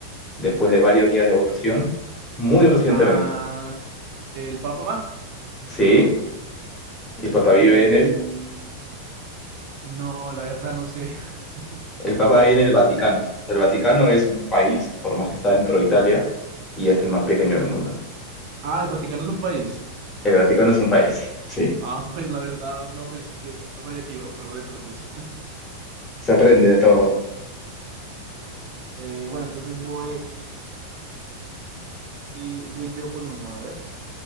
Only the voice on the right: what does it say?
Ah, el Papa
y...
No, la verdad no sé. <laughs>
Ah, el Vaticano es un país.
Ah, pues la verdad, no, pues yo no sabía que iba a perder, pero pues. <laughs>
Eh, bueno, entonces voy, y- voy yo con una, a ver.